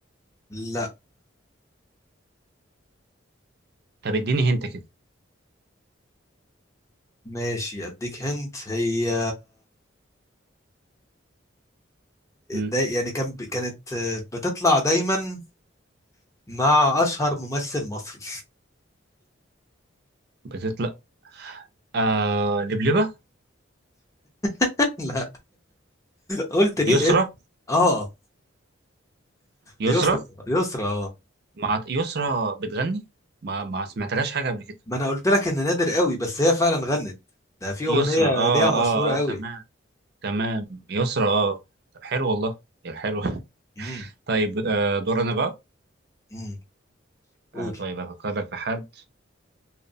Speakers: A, on the left; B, on the right.
A: لا
B: طب اديني هنت كده
A: ماشي اديك هنت هي
B: مم.
A: دا يعني كان كانت بتطلع دايما مع اشهر ممثل مصري
B: بتطلع آه لبلبة
A: <laughs> لا قلت ليه
B: يسرا
A: الاسم اه
B: يسرا
A: يسرا يسرا اه
B: مع يسرا بتغني ما ما سمعتلهاش حاجة قبل كده
A: ما انا قلت لك ان نادر قوي بس هي فعلا غنت ده في اغنيه
B: يسرا اه
A: ليها
B: اه
A: مشهوره قوي
B: اه تمام تمام يسرا اه طب حلو والله يا حلو <laughs>
A: امم
B: طيب آه دور انا بقى
A: امم قول
B: آه طيب هفكر لك في حد